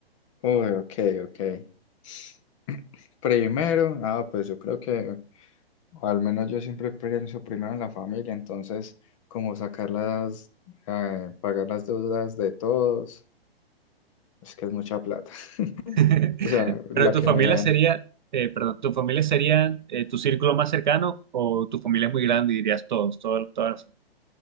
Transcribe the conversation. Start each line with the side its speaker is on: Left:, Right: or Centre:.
Left: Uy, ok, ok. <sniffs> <clears throat> Primero, ah, pues yo creo que o al menos yo siempre pienso primero en la familia, entonces como sacar las, eh, pagar las deudas de todos, es que es mucha plata, <laughs>
Right: <laughs>
Left: o sea, la
Right: Pero tu
Left: que
Right: familia
Left: me dan.
Right: sería, eh, perdón, tu familia sería eh, tu círculo más cercano o tu familia es muy grande y dirías todos, todos, todas.